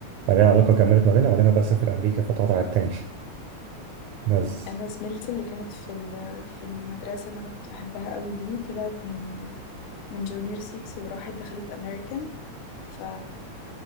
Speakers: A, on the right (about 80°); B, on the left (about 75°).
A: بعدين العلاقة كملت ما بيننا وبعدين هو بقى سافر أمريكا فاتقطع التاني بس
B: انا زميلتي اللي كانت في ال- في المدرسة اللي انا كنت بحبها قوي دي طلعت من من جونيور 6 وراحت دخلت امريكان ف